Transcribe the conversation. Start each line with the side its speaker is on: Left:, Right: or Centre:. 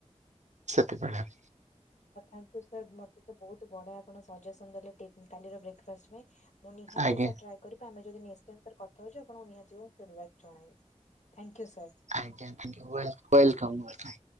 Right: ସେତେବେଳେ।
Left: ଙ୍କ ସାର୍ ମତେ ତ ବହୁତ ବଢିଆ ଆପଣ ସଜେସନ ଦେଲେ କାର ବେକ୍ ଫାଷ୍ଟ ପାଇଁ ମୁ ନିିହାତି
Right: ଆଜ୍ଞା
Left: ଟ୍ର ଆମେ ଯଦ କ ହଉଛି ଆଣଙ୍କୁ ନିହାଯ ମୁ ଜଣାର୍ ଥାଙ୍କୟୁ <unintelligible>
Right: ଆଜ୍ଞ ଆଜ୍ଞା ୱେଲ କମ୍।